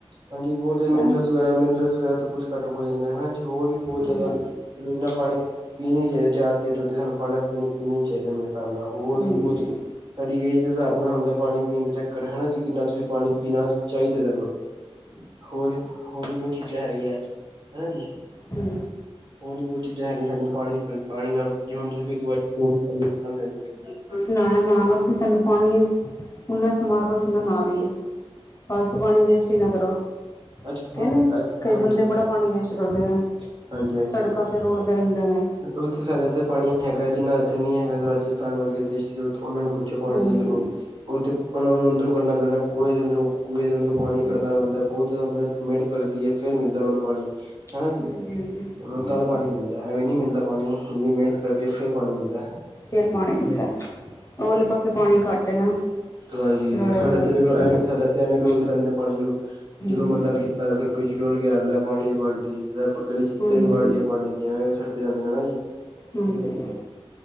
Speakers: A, on the right; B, on the left.
A: ਹਾਂਜੀ, ਬਹੁਤ ਜ਼ਿਆਦਾ
B: ਐ।
A: ਮਿਨਰਲਸ ਵਗੈਰਾ, ਮਿਨਰਲਸ ਵਗੈਰਾ, ਸਭ ਕੁਛ ਘੱਟ ਹੋ ਜਾਂਦਾ ਹਨਾ ਜੀ, ਹੋਰ ਵੀ ਬਹੁਤ
B: ਹੂੰ।
A: ਜ਼ਿਆਦਾ
B: ਹਾਂਜੀ।
A: ਸਾਨੂੰ ਇੰਨਾ ਪਾਣੀ, ਪੀਣਾ ਨੀ ਚਾਹੀਦਾ, ਚਾਰ ਲੀਟਰ ਤੇ ਸਾਨੂੰ ਪਾਣੀ ਪੀ ਪੀਣਾ ਹੀ ਚਾਹੀਦਾ ਮੇਰੇ ਹਿਸਾਬ ਨਾਲ, ਹੋਰ
B: ਹਾਂਜੀ।
A: ਵੀ ਬਹੁਤ ਸਾਡੀ ਏਜ ਦੇ ਹਿਸਾਬ ਨਾਲ ਹੁੰਦਾ ਪਾਣੀ ਪੀ ਦਾ ਚੱਕਰ, ਹਨਾ ਜੀ? ਇਨ੍ਹਾਂ ਤੁਸੀਂ ਪਾਣੀ ਪੀਣਾ ਚਾਈਦਾ ਈ ਤਨੂੰ, ਹੋਰ ਈ ਹੋਰ ਵੀ ਬਹੁਤ ਚੀਜ਼ਾਂ ਹੈਗੀਆਂ। ਹੈਨਾ ਜੀ।
B: ਹੂੰ।
A: ਹੋਰ ਵੀ ਬਹੁਤ ਚੀਜ਼ਾਂ ਹੈਗੀਆਂ, ਸਾਨੂੰ ਪਾਣੀ, ਪਾਣੀ ਨਾਲ, ਜਿਵੇੰ ਹੁਣ ਤੁਸੀਂ ਕੋਈ ਦਵਾਈ <unintelligible> ਲੈ
B: ਮੈਂ ਨਾਨਾ ਸੀ ਸਾਨੂੰ ਪਾਣੀ, ਉਨਾ ਇਸਤੇਮਾਲ ਕਰੋ ਜਿੰਨਾ ਨਾ ਲਈਏ, ਪਾਲਤੂ ਪਾਣੀ ਵੇਸਟ ਈ ਨਾ ਕਰੋ,
A: ਅੱਜ
B: ਕੇ ਨਈ? ਕਈ
A: ਹਾਂਜੀ
B: ਬੰਦੇ ਬੜਾ ਪਾਣੀ ਵੇਸਟ ਕਰਦੇ ਨੇ।
A: <inaudible> ਹਾਂਜੀ-ਹਾਂਜੀ
B: ਸੜਕਾਂ
A: ਸਈ ਗੱਲ,
B: ਤੇ ਰੋੜਦੇ ਰਹਿੰਦੇ ਨੇ
A: ਉੱਥੇ ਸਾਡੇ ਏਥੇ ਪਾਣੀ ਨੀ ਹੈਗਾ, ਜਿਨ੍ਹਾਂ ਏਥੇ ਨੀ ਹੈਗਾ, ਰਾਜ ਤਾਨ ਵਰਗੇ ਦੇਸ਼ ਦੇ ਜੋ, ਉਹਨਾਂ ਨੂੰ ਪੁੱਛੋ ਪਾਣੀ
B: ਹੂੰ
A: ਦੀ ਇੱਕਹ ਨੂੰ। ਉੱਥੇ ਉਹਨਾ ਨੂੰ ਅੰਦਰੋਂ ਕਰੱਨਾ ਪੈਂਦਾ ਕੂਏ ਦੇ ਅੰਦਰੋਂ, ਕੁੂਏ ਦੇ ਅੰਦਰੋਂ ਪਾਣੀ
B: ਹੂੰ
A: ਕੱਢਨਾ ਪੈਂਦਾ। ਬਹੋਤ ਜ਼ਿਆਦਾ ਮੇਹਤ, ਮੇਹਨਤ ਲਗਦੀ ਏ, ਫੇਰ ਮਿਲਦਾ ਉਹਨਾਂ ਨੂੰ ਪਾਣੀ। ਹੈ ਨਾ
B: ਹਾਂਜੀ
A: ਜੀ,
B: ਹਾਂਜੀ
A: ਉਨ੍ਹਾਂ
B: ਹੂੰ
A: ਨੂੰ ਤਦ ਪਾਣੀ ਮਿਲਦਾ ਐਵੇਂ ਨਈ ਮਿਲਦਾ ਪਾਣੀ, ਇੰਨੀ ਮੇਅਨਤ ਕਰਕੇ, ਫੇਰ ਪਾਣੀ ਮਿਲਦਾ ਏ।
B: ਫੇਰ ਪਾਣੀ ਮਿਲਦਾ ਏ, ਉਹ ਆਲੇ ਪਾਸੇ ਪਾਣੀ ਘੱਟ ਏ ਨਾ।
A: ਹਾਂਜੀ,
B: ਰਾਜਸਥਾਨ
A: ਸਾਡੇ ਏਥੇ ਵੇਖ ਲੋ ਐਵੇਂ
B: ਰਾਜਸਥਾਨ
A: ਈ, ਸਾਡੇ ਇੱਥੇ ਐਵੇਂ ਈ ਡੋਲਦੇ ਰਹਿੰਦੇ ਨੇ ਪਾਣੀ ਨੂੰ,
B: ਹੂੰ
A: ਜਦੋਂ ਮ ਦਿਲ ਕੀਤਾ ਏਥੇ ਕੁਛ ਡੋਲ ਬੀ ਏ ਹੈਲੇ ਪਾਣੀ ਦੀ ਬਾਲਟੀ, ਲੈ ਗਲੀ
B: ਹਾਂਜੀ
A: ਚ ਤਿੰਨ ਬਾਲਟੀਆਂ ਪਾਣੀ ਦੀਆਂ, ਐਵੇਂ-ਐਵੇਂ ਸਟਦੇ ਰੇਂਦੇ ਨਾ ਜੀ।
B: ਹਾਂਜੀ-ਹਾਂਜੀ।